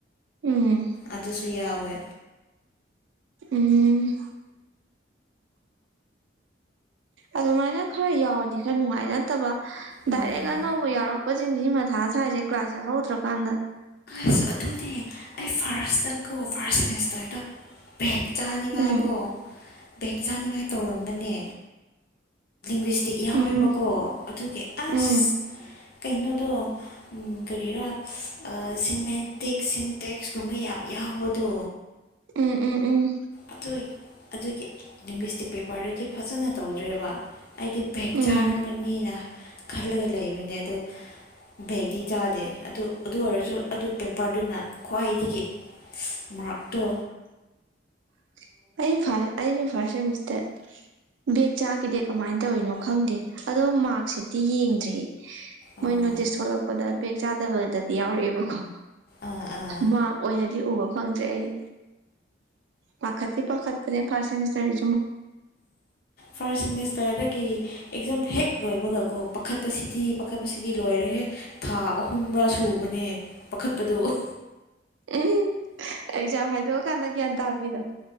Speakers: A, on the right; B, on the left.
A: ꯎꯝ
B: ꯑꯗꯨꯁꯨ ꯌꯥꯎꯋꯦ
A: ꯎꯝ ꯑꯗꯨꯃꯥꯏꯅ ꯈꯔ ꯌꯥꯎꯔꯗꯤ ꯈꯔ ꯅꯨꯡꯉꯥꯏ ꯅꯠꯇꯕ
B: ꯎꯝ
A: ꯗꯥꯏꯔꯦꯛ ꯑꯅꯧꯕ ꯌꯥꯎꯔꯛꯄ ꯀꯣꯆꯤꯟꯁꯤ ꯃꯊꯥ ꯁꯁꯦ ꯀ꯭ꯂꯥꯁ ꯌꯥꯎ ꯍꯧꯧꯗ꯭ꯔꯀꯥꯟꯗ
B: ꯑꯁ ꯑꯗꯨꯗꯤ ꯑꯩ ꯐꯥꯔꯁꯇꯪ ꯀꯣ ꯐꯥꯔꯁ ꯁꯦꯃꯤꯁꯇꯔ ꯇ ꯦꯛ ꯆꯥꯍꯅꯤꯡꯉꯥꯏꯀꯣ
A: ꯎꯝ
B: ꯕꯦꯛ ꯆꯥꯅꯤꯡꯉꯥꯏ ꯇꯧꯔꯝꯕꯅꯦ ꯃꯇꯛ ꯌꯥꯎꯋꯦꯕꯀꯣ
A: ꯎꯝ
B: ꯑꯗꯨꯒꯤ ꯑꯁ
A: ꯎꯝ
B: ꯀꯩꯅꯣꯗꯣ ꯎꯝ ꯀꯔꯤꯔꯥ ꯁꯤꯃꯦꯟꯇꯤꯛ ꯁꯤꯟꯇꯦꯛꯁꯀꯨꯝꯕ ꯌꯥꯝ ꯌꯥꯎꯕꯗꯣ
A: ꯎꯝ ꯎꯝ ꯎꯝ
B: ꯑꯗꯨ ꯑꯗꯨꯒꯤ ꯂꯤꯡꯒ꯭ꯋꯁꯇꯤꯛ ꯄꯦꯄꯔꯗꯨꯗꯤ ꯐꯖꯅ ꯇꯧꯗ꯭ꯔꯦꯕ ꯑꯩꯗꯤ ꯕꯦꯛ
A: ꯎꯝ
B: ꯆꯥꯔꯝꯃꯅꯤꯅ ꯈꯜꯂꯒ ꯂꯩꯕꯅꯦ ꯑꯗꯣ ꯕꯦꯒꯀꯤ ꯆꯥꯗꯦ ꯑꯗꯨ ꯑꯗꯨ ꯑꯣꯏꯔꯁꯨ ꯑꯗꯨ ꯄꯦꯄꯔꯗꯨꯅ ꯈ꯭ꯋꯥꯏꯗꯒꯤ ꯃꯥꯛꯇꯣ
A: <inaudible> ꯑꯩ ꯐ ꯑꯩꯁꯨ ꯐꯔꯁꯦ ꯃꯤꯁꯇꯦ ꯕꯦꯦꯛ ꯆꯥꯈꯤꯗꯦ ꯀꯃꯥꯏꯅ ꯇꯧꯔꯤꯅꯣ ꯈꯪꯗꯦ ꯑꯗꯣ ꯃꯥꯔꯛꯁꯤꯗꯤ ꯌꯦꯡꯗ꯭ꯔꯤꯌꯦ ꯃꯣꯏꯅ
B: ꯑꯥ
A: ꯇꯤꯁ ꯊꯣꯛꯣꯂꯛꯄꯗ ꯕꯦꯛ ꯆꯥꯗꯕꯗꯗꯤ ꯌꯥꯎꯔꯛꯑꯦꯕꯀꯣ
B: ꯑꯥ ꯑꯥ
A: ꯃꯥꯔꯛ ꯑꯣꯏꯅꯗꯤ ꯎꯕ ꯐꯪꯗ꯭ꯔꯦ ꯑꯩ ꯄꯥꯈꯠꯇꯤ ꯄ ꯈꯠꯇ ꯐꯔꯦ ꯃꯤꯁꯕꯤ
B: ꯐꯔꯁ ꯃꯤ ꯔꯗꯒꯤ ꯑꯦꯛꯖꯥꯝ ꯍꯦꯛ ꯂꯣꯏꯕꯒꯀꯣ ꯄꯥꯈꯠꯄꯁꯤꯗꯤ ꯄꯥꯈꯠꯄꯁꯤꯗꯤ ꯂꯣꯏꯔꯦ ꯍꯦꯛ ꯊꯥ ꯑꯍꯨꯝꯕꯥ ꯁꯨꯕꯅꯦ ꯄꯥꯈꯠꯄꯗꯨꯣ
A: ꯎꯝ ꯑꯦꯛꯖꯥꯝ ꯍꯥꯏꯗꯣꯛꯑꯀꯥꯟꯗ ꯒ꯭ꯌꯥꯟ ꯇꯥꯕꯤꯗꯣ